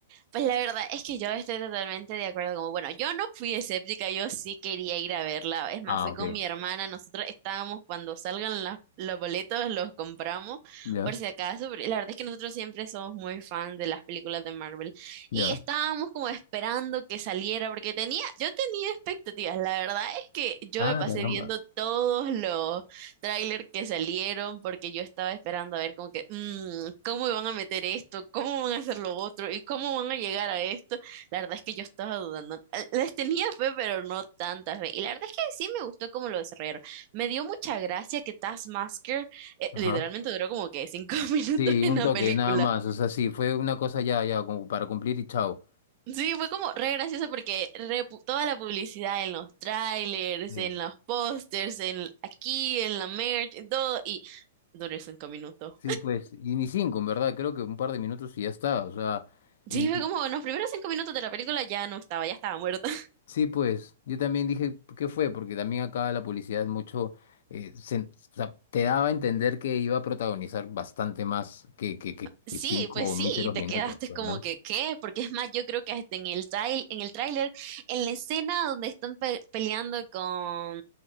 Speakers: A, on the right; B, on the left.
A: Pues la verdad es que yo estoy totalmente de acuerdo. Como, bueno, yo no fui escéptica, yo sí quería ir a verla. Es más,
B: Ah,
A: fui
B: ok.
A: con mi hermana. Nosotros estábamos cuando salgan las- los boletos, los compramos
B: Ya,
A: por si acaso. pero la verdad es que nosotros siempre somos muy fan de las películas de Marvel.
B: ya.
A: Y estábamos como esperando que saliera porque tenía, yo tenía expectativas. La verdad es que yo
B: Ah,
A: me pasé
B: caramba.
A: viendo todos los, tráiler que salieron porque yo estaba esperando a ver como que, "Mm, ¿cómo van a meter esto? ¿Cómo van a hacer lo otro? ¿Y cómo van a llegar a esto? La verdad es que yo estaba dudando. Eh, Les tenía fe, pero no tanta fe. Y la verdad es que sí me gustó cómo lo desarrollaron. Me dio mucha gracia que Taskmaster eh,
B: Ajá.
A: literalmente duró como que cinco <laughs>
B: Sí,
A: minutos en
B: un
A: la
B: toque,
A: película.
B: nada más. O sea, sí, fue una cosa ya, ya, como para cumplir y chao.
A: Sí, fue como re gracioso porque re pu- toda la publicidad en los trailers,
B: Sí.
A: en los pósters, en aquí, en la merch, en todo, y duró cinco minutos.
B: Sí, pues, y ni cinco, en verdad, creo que un par de minutos y ya está, o sea,
A: Sí,
B: y
A: fue
B: y
A: como en los primeros cinco minutos de la película ya no estaba, ya estaba muerta. <laughs>
B: sí, pues, yo también dije, ¿qué fue? Porque también acá la publicidad mucho, eh, se- o sea, te daba a entender que iba a protagonizar bastante más que, que, que,
A: Sí,
B: que cinco
A: pues sí,
B: míseros
A: y te
B: minutos,
A: quedaste
B: pues,
A: como
B: ¿no?
A: que, ¿qué? Porque es más, yo creo que hasta en el trail, en el tráiler, en la escena donde están pe- peleando con,